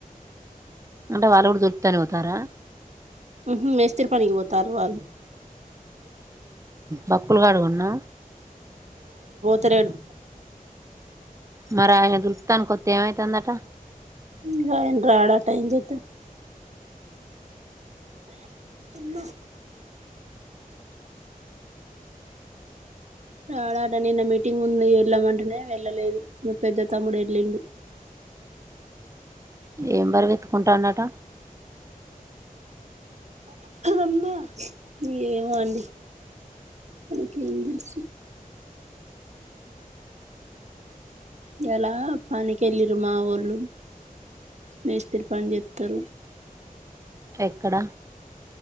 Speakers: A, on the right (about 20°); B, on the right (about 50°).
A: అంటే వాళ్ళు కూడా దొరుకుతనే పోతారా
B: మ్మ్ హ్మ్ మేస్త్రి పనికి పోతారు వాళ్ళు
A: బక్కులుకాడు కున్నా
B: తరుణ్
A: మరి ఆయన దుతాను కొత్తే ఏమైతందన్ ట
B: ఇంక ఆయన ఆడా టైం చొతే అమ్మ రాడట నిన్న మీటింగ్ ఉంది వెళ్ళమంటేనే వెళ్ళలేదు పెద్ద తమ్ముడు ఎళ్ళిండు
A: ఏం బరువెత్తుకుంటాండట
B: అమ్మా ఏమో అండి ఓకే అని తెలుసు ఈయాల పనికి వెళ్ళిర్రు మా వోళ్ళు మేస్త్రి పని చేత్తరు
A: ఎక్కడ